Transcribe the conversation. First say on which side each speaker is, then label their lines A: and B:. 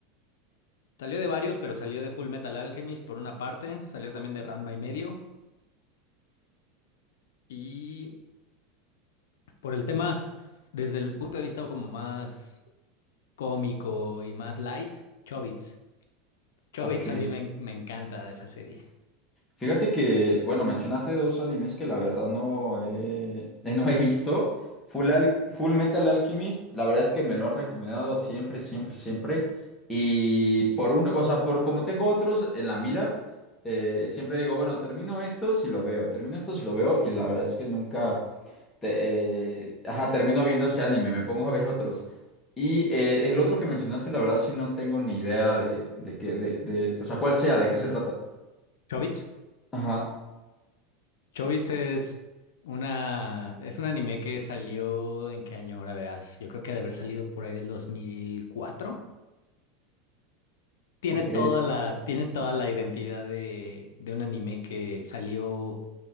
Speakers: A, on the left; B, on the left.
A: Salió de varios, pero salió de Full Metal Alchemist por una parte, salió también de Ranma y medio, y por el tema, desde el punto de vista como más cómico y más light, Chobits. Chobits
B: Ok.
A: a mí me, en- me encanta esa serie.
B: Fíjate que, bueno, mencionaste dos animes que la verdad no he, <laughs> no he visto. Full, Al- Full Metal Alchemist, la verdad es que me lo han recomendado siempre, siempre, siempre. Y por uno, o sea, por como tengo otros en la mira, eh, siempre digo, bueno, termino esto si lo veo, termino esto si lo veo, y la verdad es que nunca te- eh, ajá, termino viendo ese anime, me pongo a ver otros. Y eh, el otro que mencionaste, la verdad sí no tengo ni idea de, de qué, de, de, o sea, cuál sea, de qué se trata.
A: ¿Chobits?
B: Ajá.
A: Chobits es una, es un anime que salió en qué año ahora verás. Yo creo que ha de haber salido por ahí del dos mil cuatro Tiene
B: Ok,
A: toda la, tiene toda la identidad de, de un anime que salió,